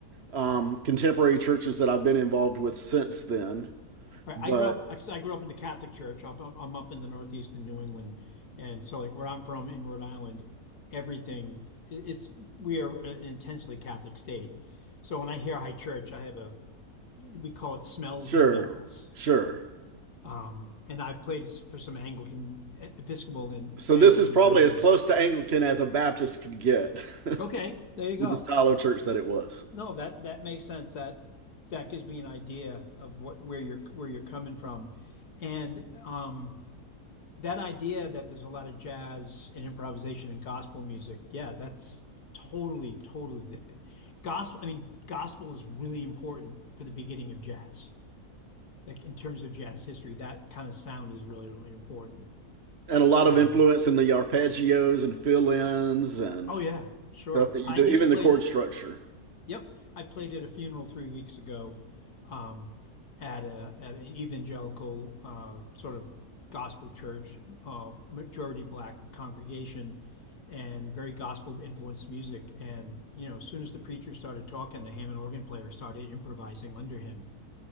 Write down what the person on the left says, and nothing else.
Right.
I grew up, actually, I grew up in the Catholic Church. I'm, I'm I'm up in the Northeast in New England. And so, like, where I'm from in Rhode Island, everything, i- it's, we are an intensely Catholic state. So when I hear high church, I have a, we call it smells
and bells.
Um, and I've played s- for some Anglican, e- Episcopal and
Anglican
churches.
Okay, there you go.
No, that, that makes sense. That, that gives me an idea of what, where you're, where you're coming from. And, um, That idea that there's a lot of jazz and improvisation and gospel music, yeah, that's totally, totally the, gospel. I mean, gospel is really important for the beginning of jazz. Like in terms of jazz history, that kind of sound is really, really important.
Um,
oh yeah, sure.
I
just
played
it.
Yep, I played at a funeral three weeks ago, um, at a at an evangelical uh, sort of gospel church, uh, majority black congregation, and very gospel influenced music. And you know, as soon as the preacher started talking, the Hammond organ player started improvising under him.